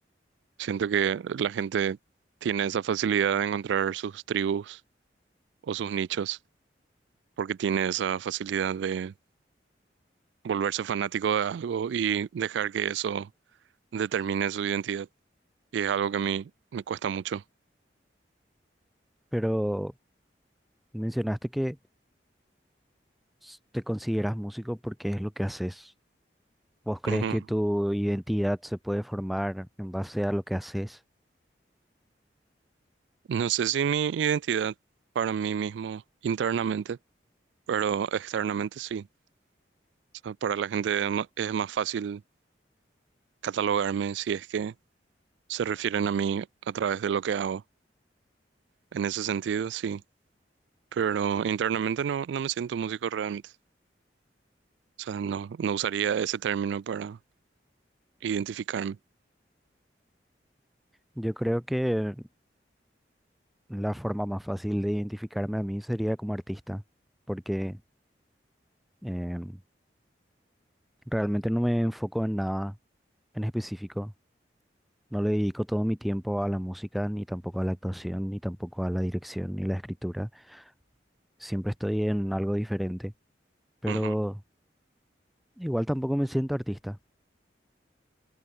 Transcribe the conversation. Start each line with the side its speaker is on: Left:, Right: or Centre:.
Right: Siento que la gente tiene esa facilidad de encontrar sus tribus o sus nichos, porque tiene esa facilidad de volverse fanático de algo y dejar que eso determine su identidad. Y es algo que a mí me cuesta mucho.
Centre: Pero mencionaste que s- te consideras músico porque es lo que haces. ¿Vos crees
Right: Ujú.
Centre: que tu identidad se puede formar en base a lo que haces?
Right: No sé si mi identidad para mí mismo internamente pero externamente sí. O sea, para la gente es ma- es más fácil catalogarme si es que se refieren a mí a través de lo que hago. En ese sentido, sí. Pero internamente no, no me siento músico realmente. O sea, no, no usaría ese término para identificarme.
Centre: Yo creo que la forma más fácil de identificarme a mí sería como artista, porque em, realmente no me enfoco en nada en específico. No le dedico todo mi tiempo a la música, ni tampoco a la actuación, ni tampoco a la dirección, ni la escritura. Siempre estoy en algo diferente, pero
Right: Ujú.
Centre: igual tampoco me siento artista.